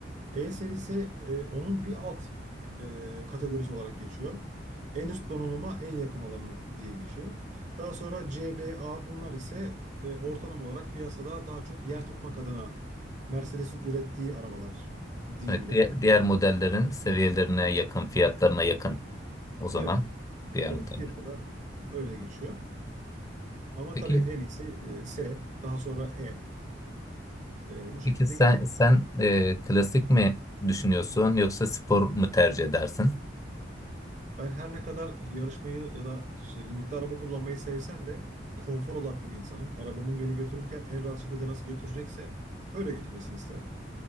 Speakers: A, on the right; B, on the left.
A: E serisi e, onun bir alt e, kategorisi olarak geçiyor. En üst donanıma en yakın olanı diye geçiyor. Daha sonra CBA bunlar ise e, ortalama olarak piyasada daha çok yer tutmak adına Mercedes'in ürettiği arabalar diyebilirim.
B: Evet, diğer, diğer modellerin seviyelerine yakın, fiyatlarına yakın o zaman
A: Evet,
B: diğer
A: evet
B: modeller.
A: piyasada öyle geçiyor. Ama
B: Peki
A: tabii en iyisi e, S, daha sonra E, e, bu şekilde
B: Peki sen
A: gidiyor.
B: sen e, klasik mi düşünüyorsun yoksa spor mu tercih edersin?
A: Ben her ne kadar yarışmayı ya da işte limitli araba kullanmayı sevsem de konfor odaklı bir insanım. Arabamın beni götürürken en rahat şekilde nasıl götürecekse öyle götürmesini isterim.